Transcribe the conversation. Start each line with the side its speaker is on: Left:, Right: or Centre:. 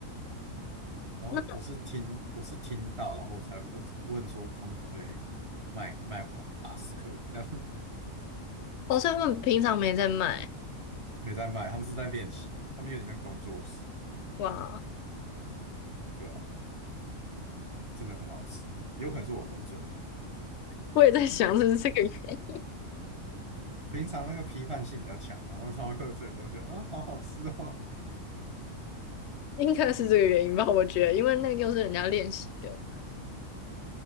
Right: 然后我我是听我是听到，
Left: 那
Right: 然后才我问说他们可不可以卖卖我巴斯克，<laughs> 然后
Left: 好像他们平常没在卖。
Right: 没在卖，他们是在练习，他们有点像工作室。
Left: 哇，
Right: 对啊，真的很好吃，有可能是我喝醉了。
Left: 我也在想是不是这个原 <laughs>，
Right: 平常那个批判性比较强，然后稍微喝醉的时候觉得啊，好好吃哦。
Left: 因，应该是这个原因吧？我觉得，因为那个又是人家练习的。